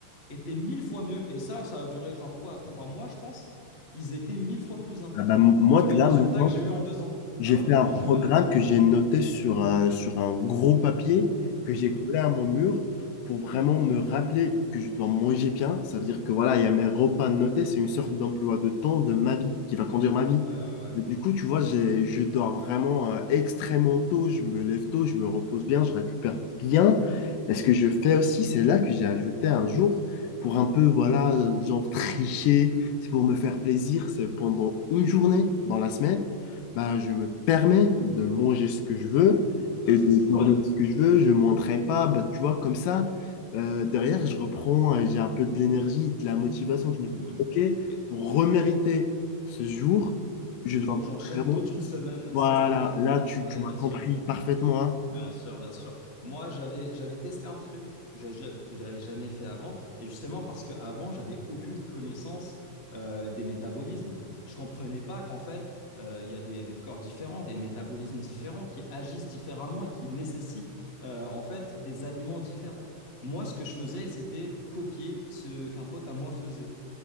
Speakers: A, on the left; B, on the left.
A: étaient mille fois mieux. Et ça, ça a duré genre quoi, trois mois je pense. Ils étaient mille fois plus importants
B: Ah bah, moi,
A: que les
B: là,
A: résultats
B: maintenant,
A: que j'ai eu en deux ans
B: J'ai
A: alors
B: fait
A: que je
B: un
A: mangeais
B: programme
A: mal.
B: que j'ai noté sur un, sur un gros papier que j'ai
A: Mhm.
B: collé à mon mur pour vraiment me rappeler que je dois manger bien. Ça veut dire que voilà, il y a mes repas notés. C'est une sorte d'emploi de temps de ma vie qui va conduire ma vie.
A: Ouais, ouais, ouais.
B: Et du coup, tu vois, j'ai- je dors vraiment euh, extrêmement tôt. Je me lève tôt, je me repose bien, je récupère bien. Et ce que je fais aussi, c'est là que j'ai ajouté un jour pour un peu, voilà, euh, genre tricher. C'est pour me faire plaisir. C'est pendant une journée dans la semaine bah, je me permets de manger ce que je veux
A: Ouais,
B: et
A: ça
B: de
A: c'est normal.
B: dormir ce que je veux, je m'entraîne pas, bah, tu vois, comme ça, euh, derrière, je reprends, et j'ai un peu de l'énergie, de la motivation. Je me
A: Mhm.
B: dis, OK,
A: Et
B: pour remériter ce jour, je
A: il
B: dois
A: faut que j'enchaîne
B: vraiment...
A: toute une semaine
B: Voilà,
A: sans écart.
B: là, tu,
A: Ouais,
B: tu m'as
A: bien
B: compris
A: sûr.
B: parfaitement, hein.
A: Bien sûr, bien sûr. Moi, j'avais j'avais testé un truc que j'a- ja- que j'avais jamais fait avant, et justement parce que avant j'avais aucune connaissance euh, des métabolismes. Je comprenais pas qu'en fait euh, il y a des, des corps différents, des métabolismes différents qui agissent différemment et qui nécessitent euh, en fait des aliments différents. Moi, ce que je faisais, c'était copier ce qu'un pote à moi faisait.